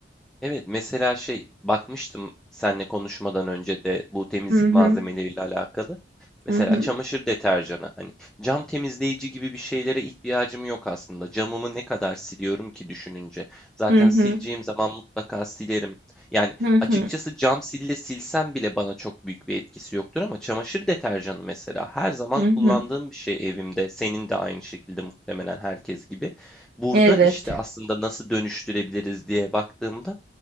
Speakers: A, in the centre; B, on the right.
A: Evet mesela şey bakmıştım seninle konuşmadan önce de bu temizlik
B: Hı hı
A: malzemeleriyle alakalı. Mesela
B: hı hı
A: çamaşır deterjanı hani cam temizleyici gibi bir şeylere ihtiyacım yok aslında. Camımı ne kadar siliyorum ki düşününce. Zaten
B: hı hı
A: sileceğim zaman mutlaka silerim. Yani
B: hı
A: açıkçası
B: hı
A: cam sille silsem bile bana çok büyük bir etkisi yoktur ama çamaşır deterjanı mesela her zaman
B: hı hı.
A: kullandığım bir şey evimde. Senin de aynı şekilde muhtemelen herkes gibi. Burada
B: Evet.
A: işte aslında nasıl dönüştürebiliriz diye baktığımda